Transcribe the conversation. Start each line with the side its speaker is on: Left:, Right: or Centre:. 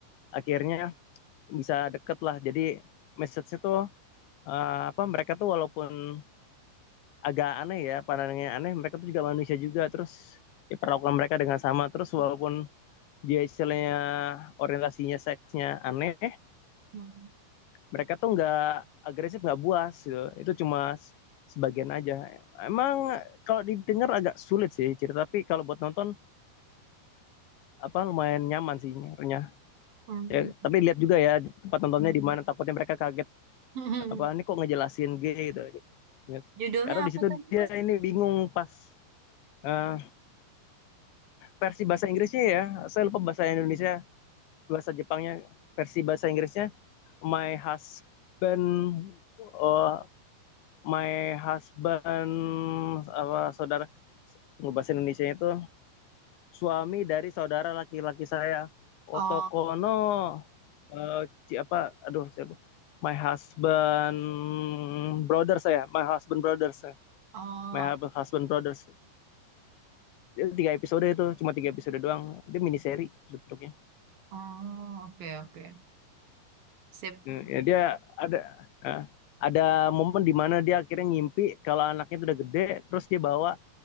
Left: akhirnya bisa deket lah jadi message-nya tuh eh, apa mereka tuh walaupun agak aneh ya pandangannya aneh mereka tuh juga manusia juga terus ya perlakukan mereka dengan sama terus walaupun dia istilahnya orientasinya seksnya aneh
Right: hmm, hmm.
Left: mereka tuh nggak agresif nggak buas gitu itu cuma sebagian aja emang kalau didengar agak sulit sih cerita tapi kalau buat nonton apa lumayan nyaman sih nyernya
Right: hmm.
Left: ya, tapi lihat juga ya tempat nontonnya di mana takutnya mereka kaget
Right: <laughs>
Left: apa ini kok ngejelasin G gitu ya.
Right: Judulnya
Left: karena di
Right: apa
Left: situ
Right: tadi,
Left: dia
Right: Mas?
Left: ini bingung pas uh, versi bahasa Inggrisnya ya saya lupa bahasa Indonesia bahasa Jepangnya versi bahasa Inggrisnya my husband uh, my husband apa saudara bahasa Indonesia itu suami dari saudara laki-laki saya
Right: Oh,
Left: Otokono uh, apa aduh saya lupa. my husband brothers saya my husband brothers ya.
Right: oh,
Left: my husband brothers itu tiga episode itu cuma tiga episode doang dia mini seri bentuknya
Right: oh, oke, oke. Sip.
Left: Eh, Ya dia ada eh, ada momen di mana dia akhirnya ngimpi kalau anaknya itu udah gede, terus dia bawa